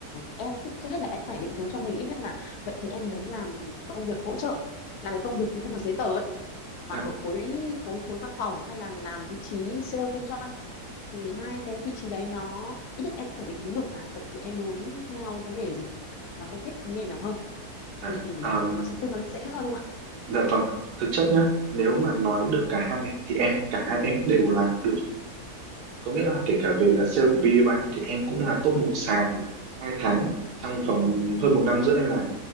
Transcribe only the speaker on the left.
em trước trước hết là em phải định hướng cho mình ít nhất là vậy thì em muốn làm công việc hỗ trợ là cái công việc những công việc giấy tờ ấy mà
ở khối khối khối văn phòng hay là làm vị trí sale kinh doanh thì hai cái vị trí đấy nó ít nhất em cũng phải định hướng được là vậy thì em muốn theo cái nghề gì mà em thích cái nghề nào hơn
thì thì
nó sẽ tư vấn sẽ dễ hơn em ạ
ừ
ừ
ừ